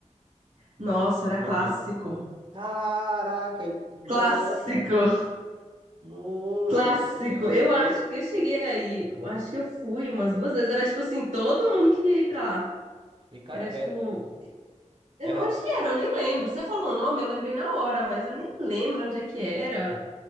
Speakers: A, on the right; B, on the right.
A: Nossa, era
B: O
A: clássico.
B: evento. Caraca, e- nossa,
A: Clássico,
B: que. Nossa.
A: clássico. Eu acho
B: bu-
A: que eu cheguei aí, eu acho que eu fui umas duas vezes. Era tipo assim, todo mundo queria ir pra lá.
B: E, cara,
A: Era tipo,
B: é,
A: eh,
B: era.
A: onde que era? Eu nem lembro. Você falou o nome, eu lembrei na hora, mas eu nem lembro onde é que era.